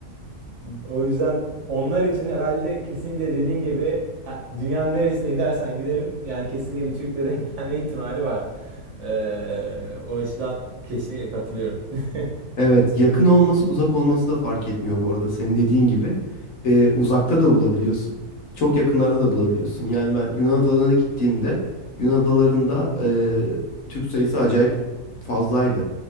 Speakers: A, on the right; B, on the left.
A: o yüzden onlar için herhalde kesinlikle dediğin gibi ha- dünyanın neresine gidersen giderim yani kesinlikle bir Türk'le denk gelme ihtimali var. Ee, o açıdan kesinlikle katılıyorum. <laughs>
B: Evet, yakın olması uzak olması da fark etmiyor bu arada. Senin dediğin gibi e, uzakta da bulabiliyorsun. Çok yakınlarda da bulabiliyorsun. Yani ben Yunan adalarına gittiğimde Yunan adalarında e, Türk sayısı acayip fazlaydı.